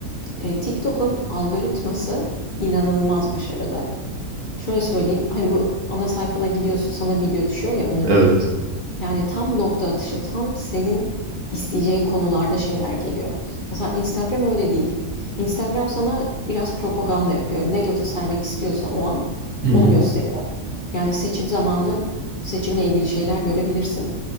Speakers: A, on the left (about 35°); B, on the right (about 70°).
A: E, TikTok'un algoritması inanılmaz başarılı. Şöyle söyleyeyim, hani bu ana sayfana gidiyorsun, sana video düşüyor ya önüne.
B: Evet.
A: Yani tam nokta atışı, tam senin isteyeceğin konularda şeyler geliyor. Mesela Instagram öyle değil. Instagram sana biraz propaganda yapıyor. Ne göstermek istiyorsa o an
B: Hı
A: onu
B: hı.
A: gösteriyor. Yani seçim zamanı seçimle ilgili şeyler görebilirsin.